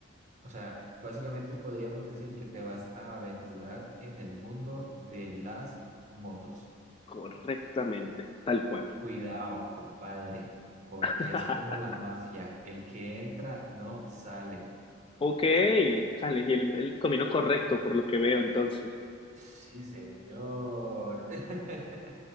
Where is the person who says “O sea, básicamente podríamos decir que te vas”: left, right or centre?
Right